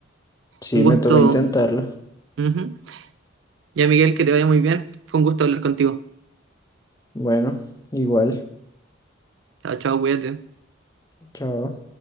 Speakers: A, on the left; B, on the right.
A: sí,
B: Un gusto.
A: me toca intentarlo.
B: ujú. Ya, Miguel, que te vaya muy bien. Fue un gusto hablar contigo.
A: Bueno, igual.
B: Chao, chao, cuídate.
A: Chao.